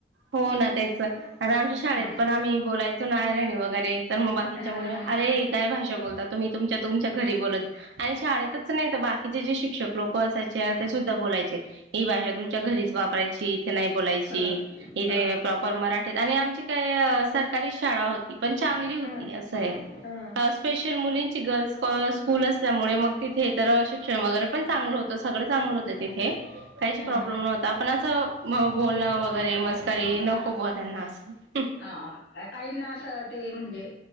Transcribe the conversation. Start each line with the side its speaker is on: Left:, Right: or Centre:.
Right: हो ना तेच आता आमच्या शाळेत
Left: हा.
Right: पण आम्ही बोलायचो ना ऐरणी वगैरे तर मग बाकीच्या
Left: हा,
Right: मुली
Left: हा.
Right: अरे काय भाषा बोलता तुम्ही तुमच्या तुमच्या घरी बोलत आणि शाळेतच नाही तर बाकीचे जे शिक्षक लोक असायचे ना ते सुद्धा बोलायचे. ही भाषा तुमच्या घरीच वापरायची. नाही बोलायची,
Left: हा,
Right: इथे
Left: हा.
Right: प्रॉपर मराठीत आणि आमची काय स सरकारीच शाळा होती पण चांगली
Left: हा,
Right: होती असं आहे
Left: हा.
Right: स्पेशल मुलींची गर्ल्स प स्कूल असल्यामुळे मग तिथे तर शिक्षण वगैरे पण चांगलं होतं सगळं चांगलं होतं तिथे. काहीच
Left: हा,
Right: प्रॉब्लेम
Left: हा.
Right: नव्हता पण असं बोलणं वगैरे मस्त <unintelligible> नको बा त्याना असं
Left: हा काहींना असं ते म्हणजे